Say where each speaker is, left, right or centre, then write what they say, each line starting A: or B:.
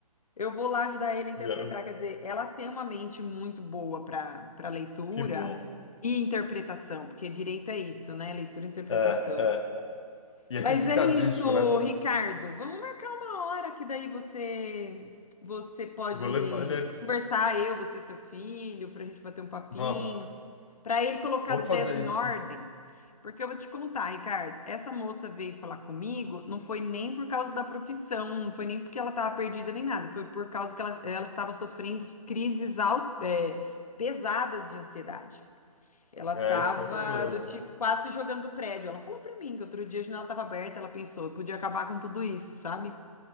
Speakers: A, on the left; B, on the left.
A: Eu vou lá ajudar ele a interpretar.
B: Yeah,
A: Quer dizer, ela tem uma mente muito boa para para leitura
B: Que bom.
A: e interpretação, porque direito é isso, né? Leitura e interpretação.
B: É, é. E
A: Mas
B: é complicadíssimo,
A: é isso,
B: né?
A: Ricardo. Vamos marcar uma hora que daí você você pode
B: Eu vou levar ele aí. pro-
A: conversar, eu, você, seu filho, para a gente bater um papinho
B: Vamos,
A: para ele colocar
B: vamos
A: as ideias
B: fazer
A: em
B: isso,
A: ordem.
B: sim.
A: Porque eu vou te contar, Ricardo, essa moça veio falar comigo, não foi nem por causa da profissão, não foi nem porque ela estava perdida nem nada, foi por causa que ela, ela estava sofrendo crises al- é, pesadas de ansiedade. Ela
B: É,
A: estava
B: isso que é o problema.
A: do tipo quase se jogando do prédio. Ela falou para mim que outro dia a janela estava aberta, ela pensou, eu podia acabar com tudo isso, sabe?